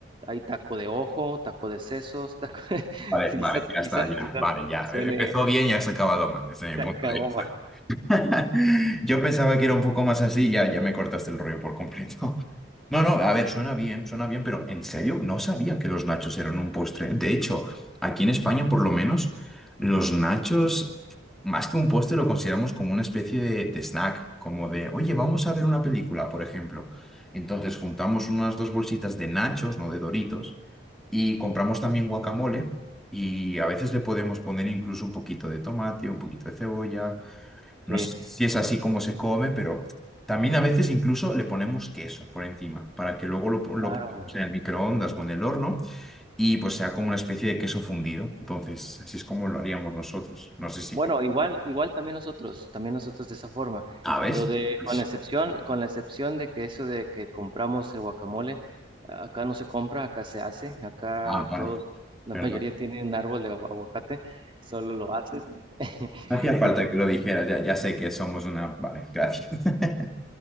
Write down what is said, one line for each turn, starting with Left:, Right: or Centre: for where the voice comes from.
Right: Hay taco de ojo, taco de sesos, taco <laughs>
Centre: Vale,
Right: quizá,
Centre: vale, ya está,
Right: quizá,
Centre: ya.
Right: quizá
Centre: Vale, ya.
Right: suene
Centre: Empezó bien y has acabado mal, desde mi
Right: tacaboma
Centre: punto de vista. <laughs> Yo pensaba que era un poco más así, ya, ya me cortaste el rollo por completo. <laughs> No, no, a ver, suena bien, suena bien, pero en serio, no sabía que los nachos eran un postre. De hecho, aquí en España, por lo menos, los nachos, más que un postre, lo consideramos como una especie de, de snack, como de, oye, vamos a ver una película, por ejemplo. Entonces, juntamos unas dos bolsitas de nachos, no de Doritos, y compramos también guacamole, y a veces le podemos poner incluso un poquito de tomate, un poquito de cebolla. No
Right: Sí,
Centre: sé si es así como se come, pero también a veces incluso le ponemos queso por encima para que luego lo, lo
Right: claro.
Centre: pongamos en el microondas o en el horno y pues sea como una especie de queso fundido. Entonces, así es como lo haríamos nosotros. No sé
Right: Bueno,
Centre: si... como-
Right: igual, igual también nosotros, también nosotros de esa forma.
Centre: Ah, ¿ves?
Right: Lo de,
Centre: Pues-
Right: con la excepción, con la excepción de que eso de que compramos el guacamole, a- acá no se compra, acá se hace, acá
Centre: ah, vale,
Right: todos, la
Centre: perdón.
Right: mayoría tienen un árbol de agu- aguacate, solo lo hacen. <laughs>
Centre: No hacía falta que lo dijeras, ya, ya sé que somos una... Vale, gracias. <laughs>